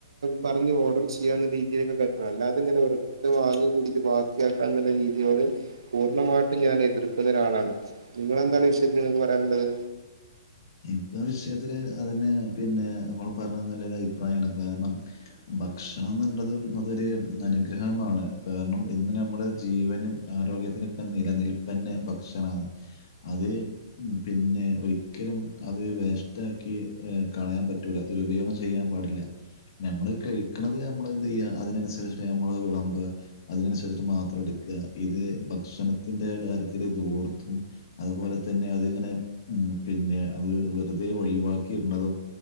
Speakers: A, on the right (about 75°); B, on the left (about 55°).
A: പറഞ്ഞു ഓർഡർ ചെയ്യാവുന്ന രീതിയിലൊക്കെ കഴിക്കണം. അല്ലാതങ്ങെനെ വാങ്ങി കൂട്ടി അത് ബാക്കിയാക്കാ എന്നുള്ള രീതിയോട് പൂർണ്ണമായിട്ടും ഞാൻ എതിർക്കുന്ന ഒരാളാണ് നിങ്ങെന്താണ് ഈ വിഷയത്തിൽ നിങ്ങക്ക് പറയാനുള്ളത്.
B: എനിക്ക് ആഹ് വിഷയത്തില് അതെ പിന്നെ നമ്മൾ പറഞ്ഞത് നല്ലൊരു അഭിപ്രായമാണ് കാരണം ഭക്ഷണം എന്ന ഉള്ളത് അതൊരു അനുഗ്രഹമാണ് കാരണം ഇന്ന് നമ്മുടെ ജീവനും ആരോഗ്യത്തിനൊക്കെ നിലനിൽപ്പന്ന ഭക്ഷണമാണ് അത് പിന്നെ ഒരിക്കലും അത് വേസ്റ്റാക്കി കളയാൻ പറ്റൂല അത് ദുരുപയോഗം ചെയ്യാൻ പാടില്ല നമ്മള് കഴിക്കുന്നത് നമ്മൾ എന്ത് ചെയ്യുക അതിനനുസരിച്ചിട്ട് നമ്മള് വിളമ്പുക അതിനനുസരിച്ചട്ട് മാത്രം എടുക്കുക ഇത് ഭക്ഷണത്തിന്റെ കാര്യത്തില് ദൂർത്തും അതുപോലെ തന്നെ അതിങ്ങനെ ഉം പിന്നെ അത് വെറുതെ ഒഴിവാക്കിയിരുന്നതും